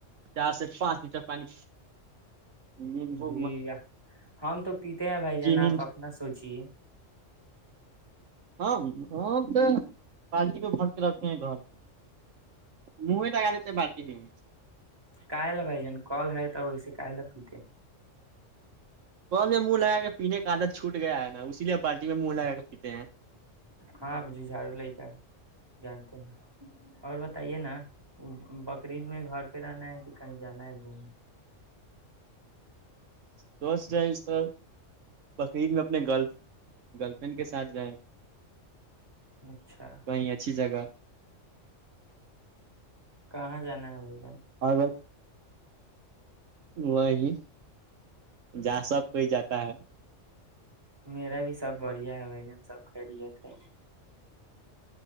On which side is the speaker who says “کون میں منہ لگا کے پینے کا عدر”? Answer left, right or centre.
Right